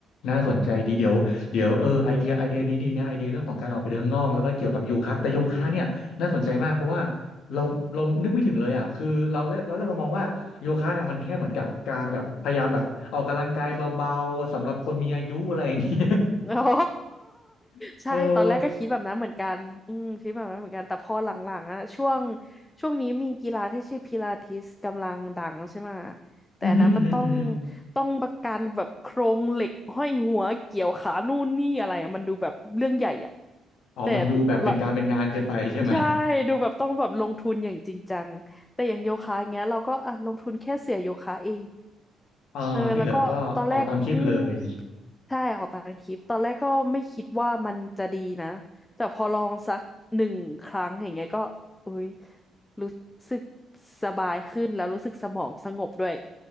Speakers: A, on the left; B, on the left.
A: น่าสนใจดีเดี๋ยวเดี๋ยวเออไอเดียไอเดียนี้ดีนะไอเดียเรื่องของการออกไปเดินข้างนอกแล้วก็เกี่ยวกับโยคะแต่โยคะเนี่ยน่าสนใจมากเพราะว่า
B: อืมอืม
A: เราเรานึกไม่ถึงเลยอ่ะคือเราเราเรามองว่าโยคะเนี่ยมันแค่เหมือนกับการแบบพยายามแบบออกกำลังกายเบาๆสำหรับคนมีอายุอะไรอย่างเงี้ย
B: <laughs> โอ้ <laughs>
A: <laughs>
B: ใช่ตอนแรกก็คิดแบบนั้นเหมือนกันอืมคิดแบบนั้นเหมือนกันแต่พอหลังๆอะช่วง
A: เออ
B: ช่วงนี้มีกีฬาที่ชื่อพิลาทิสกำลังดังใช่ไหมะแต่อันนั้นมันต้อง
A: อือหืออือหืออือหือ
B: ต้องประกันแบบโครงเหล็กห้อยหัวเกี่ยวขานู่นนี่อะไรอะมันดูแบบเรื่องใหญ่อะ
A: อ๋อมันดูแบบเป็นการเป็นงานเกินไปใช่ไหม
B: แต่ละใช่ดูแบบต้องแบบลงทุนอย่างจริงจังแต่อย่างโยคะเงี้ยเราก็อ่ะลงทุนแค่เสื่อโยคะเอง
A: เออที่เหลือก็ออกตามคลิปเลย
B: เออแล้วก็ตอนแรกอืมใช่ของตามคลิปตอนแรกก็ไม่คิดว่ามันจะดีนะแต่พอลองสักหนึ่งครั้งอย่างเงี้ยก็อุ้ยรู้สึกสบายขึ้นแล้วรู้สึกสมองสงบด้วย